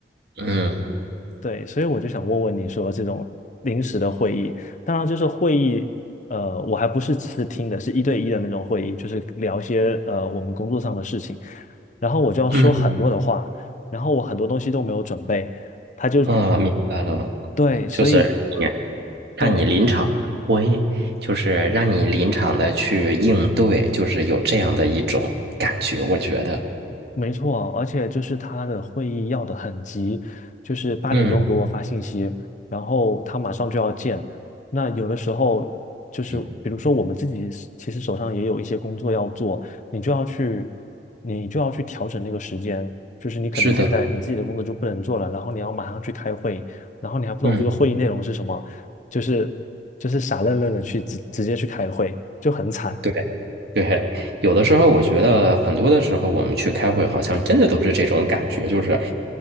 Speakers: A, on the right; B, on the left.
A: 嗯
B: 对，所以我就想问问你说，这种临时的会议，当然就是会议，呃，我还不是只是听的，是一对一的那种会议，就是聊一些呃我们工作上的事情，然后我就要说很多的话，
A: 嗯
B: 然后我很多东西都没有准备，他就
A: 嗯，明白了，
B: 对，所以
A: 就是。让你临场我也就是让你临场的去应对，
B: 对，
A: 就是有这样的一种感觉，我觉得，
B: 没错，而且就是他的会议要的很急，就是八点钟给我发信息，
A: 嗯，
B: 然后他马上就要见。那有的时候就是比如说我们自己是其实手上也有一些工作要做，
A: 嗯，
B: 你就要去你就要去调整那个时间，就是你可能现在你自己的工作就不能做了，
A: 是的，
B: 然后你要马上去开会，然后你还不懂这个会议内容是什么，
A: 嗯，
B: 就是就是傻愣愣的去直直接去开会，就很惨。
A: 对对，有的时候我觉得很多的时候我们去开会，好像真的都是这种感觉，就是